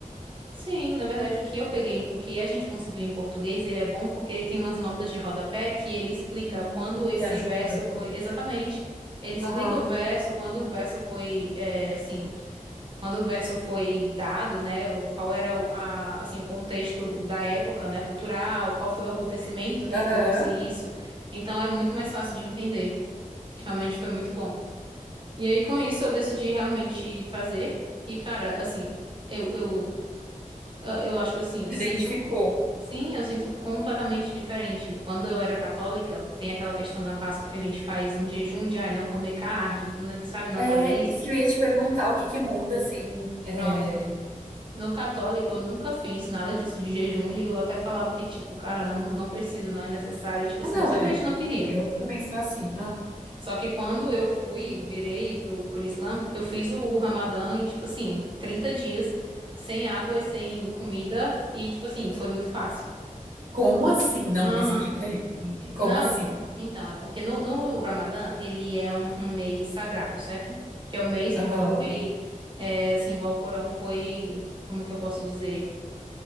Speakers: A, on the right; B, on the right.
A: sim, na verdade, o que eu peguei, o que a gente conseguiu em português, ele é bom porque ele tem umas notas de rodapé que ele explica
B: Hum,
A: quando esse
B: que ajuda.
A: verso foi. Exatamente. Ele explica
B: Aham,
A: o verso, quando o verso foi, é, assim, quando o verso foi dado, né? o- Qual era o- a, assim, o contexto da época, né? Cultural, qual foi o acontecimento que
B: aham.
A: trouxe isso. Então é muito mais fácil de entender. Realmente foi muito bom. E aí, com isso, eu decidi realmente fazer. E, cara, assim, eu, eu, eu acho que assim, eu
B: Se
A: sinto.
B: identificou.
A: Sim, eu sinto completamente diferente. Quando eu era católica, tem aquela questão na Páscoa que a gente faz um jejum de, ai, não comer carne, não- sabe, não
B: É,
A: fazer isso.
B: isso que eu ia te perguntar, o que que muda, assim, é...
A: Pronto. No católico, eu nunca fiz nada disso de jejum e eu até falava que, tipo, cara, não, não precisa, não é necessário. Tipo
B: Ah,
A: assim,
B: não,
A: eu simplesmente
B: é.
A: não queria.
B: Eu também sou assim.
A: Só que quando eu fui, virei pro, pro Islã, eu fiz o, o Ramadã e, tipo assim, 30 dias sem água e sem comida e, tipo assim, foi muito fácil.
B: Como assim? Não,
A: Aham.
B: me explica aí.
A: E-
B: Como
A: Não,
B: assim?
A: então, é porque no, no Ramadã ele é um, um mês sagrado, certo? Que é o mês que
B: Aham,
A: foi, é, assim, o Alcorão foi, como que eu posso dizer?